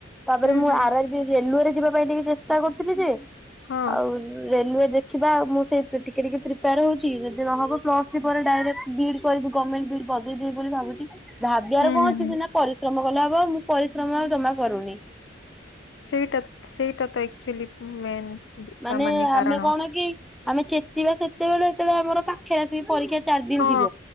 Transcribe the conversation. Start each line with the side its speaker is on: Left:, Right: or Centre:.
Centre: ତାପରେ
Left: ହୁଁ
Centre: ମୁଁ
Left: ହୁଁ
Centre: ଆର ଆର ବି ରେଲୱେ ରେ ଯିବା ପାଇଁ ଟିକେ ଚେଷ୍ଟା କରୁଥିଲି ଯେ
Left: ହଁ
Centre: ଆଉ ରେଲୱେ ଦେଖିବା ମୁଁ ସେଇ ଟିକେ ଟିକେ ପ୍ରି ପ୍ରିପାୟର ହଉଛି ଯଦି ନହବ ପ୍ଲସ ଥ୍ରି ପରେ ଡାଇରେକ୍ଟ ବି ଇ ଡି କରିବି ଗମେଣ୍ଟ ବି ଇ ଡି ବଜେଇଦେବି ବୋଲି ଭାବୁଛି। ଭାବିବାର
Left: ହୁଁ
Centre: କଣ
Left: ହୁଁ
Centre: ଅଛି
Left: ହୁଁ
Centre: ସିନା ପରିଶ୍ରମ କଲେ ହବ ମୁଁ ପରିଶ୍ରମ ଆଉ ଜମା କରୁନି।
Left: ସେଇଟା ସେଇଟା ତ ଆକଚୁଲି ମେନ୍।
Centre: ମାନେ
Left: ତା
Centre: ଆମେ
Left: କାରଣ
Centre: କଣ କି ଆମେ ଚେତିବା ସେତେବେଳେ ଯେତେବେଳେ ଆମର ପାଖରେ ଆସିକି ପରୀକ୍ଷା ଚାରି ଦିନ
Left: ହଁ
Centre: ଥିବ।